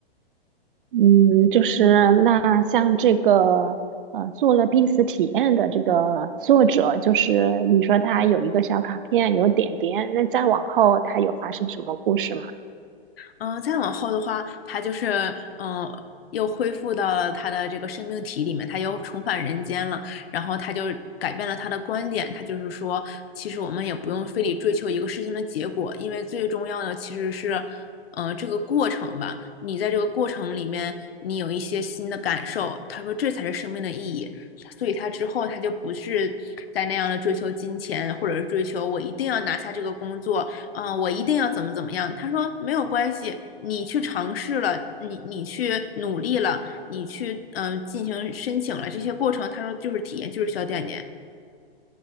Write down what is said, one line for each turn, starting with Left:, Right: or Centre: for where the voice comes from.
Right: 嗯，就是那像这个呃，做了濒死体验的这个作者，就是你说他有一个小卡片，有点点，那再往后他有发生什么故事吗？
Left: 嗯、呃再往后的话，他就是嗯、呃又恢复到了他的这个生命体里面，他又重返人间了。然后他就改变了他的观点，他就是说，其实我们也不用非得追求一个事情的结果，因为最重要的其实是，呃，这个过程吧。你在这个过程里面，你有一些新的感受，他说这才是生命的意义。所以他之后他就不是在那样的追求金钱，或者是追求我一定要拿下这个工作，嗯、呃我一定要怎么怎么样。他说没有关系，你去尝试了，你你去努力了，你去嗯、呃进行申请了，这些过程，他说就是体验，就是小点点。